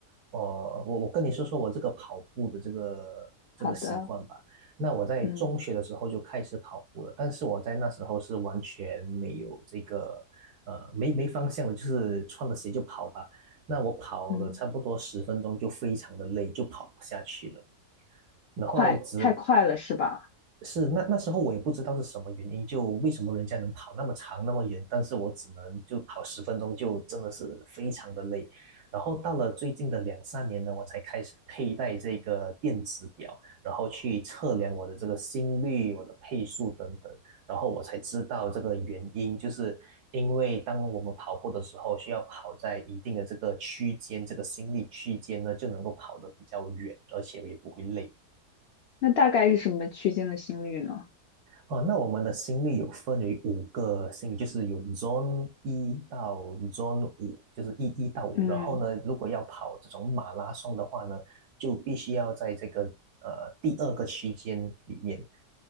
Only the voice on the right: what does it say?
呃，我我跟你说说我这个跑步的这个这个习惯吧。
那我在中学的时候就开始跑步了，
但是我在那时候是完全没有这个呃没没方向的，就是穿了鞋就跑吧。那我跑了差不多十分钟就非常的累，
就跑不下去了。然后只。
是那那时候我也不知道是什么原因，就为什么人家能跑那么长那么远，但是我只能就跑十分钟，就真的是非常的累。然后到了最近的两三年呢，我才开始佩戴这个电子表，然后去测量我的这个心率、我的配速等等，然后我才知道这个原因，就是因为当我们跑步的时候，需要跑在一定的这个区间，这个心率区间呢，就能够跑得比较远，而且也不会累。
哦，那我们的心率有分为五个心率，就是有 Zone 一到 Zone 五，就是一一到五。
然后呢，如果要跑这种马拉松的话呢，就必须要在这个呃第二个区间里面，